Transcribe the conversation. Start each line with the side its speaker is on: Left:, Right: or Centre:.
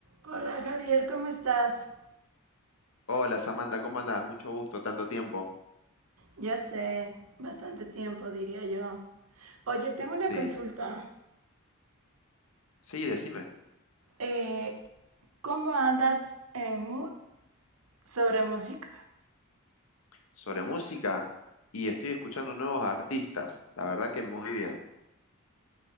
Right: Hola Javier, ¿cómo estás?
Left: Hola Samantha, ¿cómo andás? Mucho gusto, tanto tiempo.
Right: Ya sé, bastante tiempo diría yo. Oye, tengo una
Left: Sí,
Right: consulta.
Left: sí, decime.
Right: Eh, ¿cómo andas en mood sobre música?
Left: Sobre música y estoy escuchando nuevos artistas, la verdad que muy bien.